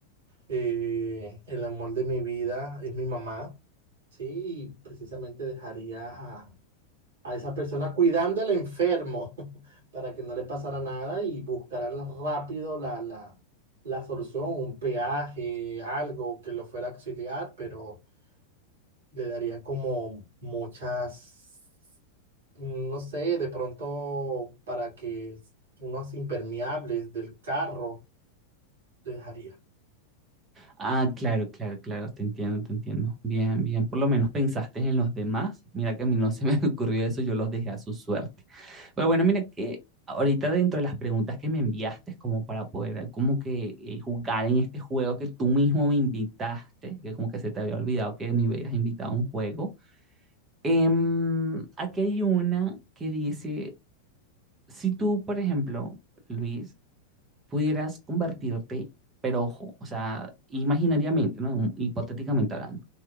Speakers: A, on the right; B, on the right.
A: eh, el amor de mi vida es mi mamá, ¿sí? Y precisamente dejaría a a esa persona cuidando al enfermo <laughs> para que no le pasara nada y buscará la- rápido la, la, la solución, un peaje, algo que lo fuera a auxiliar, pero le daría como muchas, no sé, de pronto para que unos impermeables del carro le dejaría.
B: Ah, claro, claro, claro, te entiendo, te entiendo. Bien, bien, por lo menos pensaste en los demás. Mira que a mí no se me <laughs> ocurrió eso, yo los dejé a su suerte. Pero bueno, mira que ahorita dentro de las preguntas que me enviaste, como para poder como que eh, jugar en este juego que tú mismo me invitaste, que como que se te había olvidado que me habías invitado a un juego, em, aquí hay una que dice, si tú, por ejemplo, Luis, pudieras convertirte, pero ojo, o sea, imaginariamente, ¿no? hipotéticamente hablando,